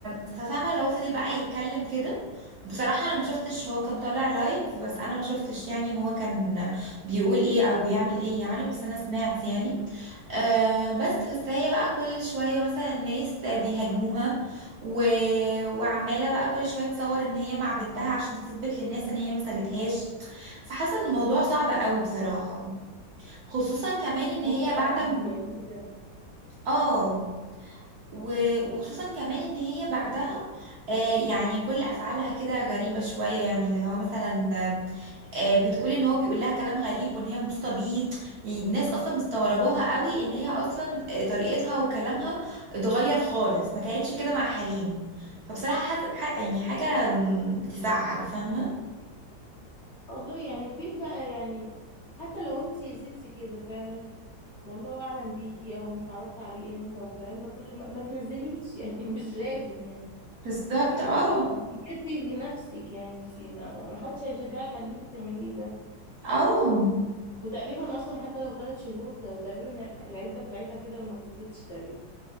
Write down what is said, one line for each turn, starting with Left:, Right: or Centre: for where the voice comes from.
Right: ففاهمه لو هو فضل بقى يتكلم كده بصراحه انا ما شفتش هو كان طالع لايف بس انا ما شفتش يعني هو كان بيقول ايه او بيعمل ايه يعني بس انا سمعت يعني آه بس بس هي بقى كل شويه مثلا الناس بيهاجموها و... وعماله بقى كل شويه تصور ان هي مع بنتها عشان تثبت للناس ان هي ما سابتهاش فحاسه ان الموضوع صعب قوي بصراحه خصوصا كمان ان
Left: هو
Right: هي
Left: بقى يخض
Right: بعد ما
Left: يعني ايه ده
Right: اه و- وخصوصا كمان ان هي بعدها آه يعني كل افعالها كده غريبه شويه يعني اللي هو مثلا آه بتقول ان هو بيقول لها كلام غريب وان هي مبسوطه بيه يعني الناس اصلا مستغرباها قوي ان هي اصلا آه، طريقتها وكلامها اتغير خالص ما كانتش كده مع حليم فبصراحه حز... ح... يعني حاجه مم، تزعل فاهمه
Left: والله يعني فين بقى يعني حتى لو انت يا ستي كده فعلا والله اعلم بيكي او انت اتعرفت عليه امتى والكلام ده كله ما, ما تنزليش يعني <laughs> مش لازم يعني
Right: بالظبط
Left: يعني
Right: اه
Left: انت كده بتأذي نفسك يعني انت ما, ما حدش هيشجعك على اللي انت بتعمليه ده
Right: اه
Left: وتقريبا اصلا حتى لو ثلاث شهور وتقريبا العده بتاعتها كده ما خلصتش تقريبا